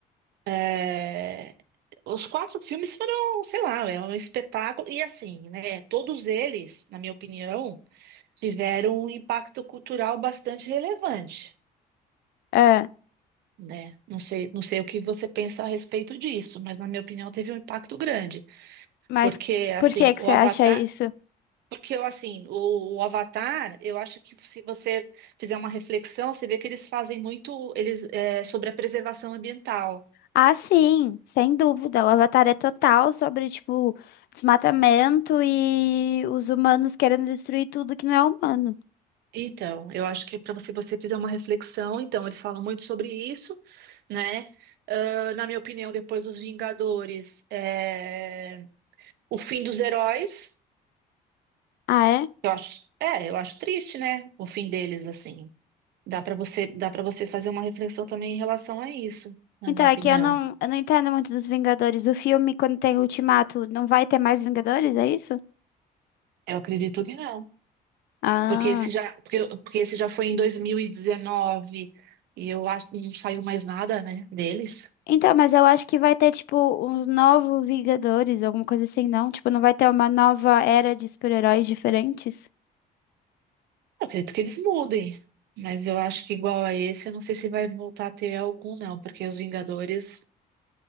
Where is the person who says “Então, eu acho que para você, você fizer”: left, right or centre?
Right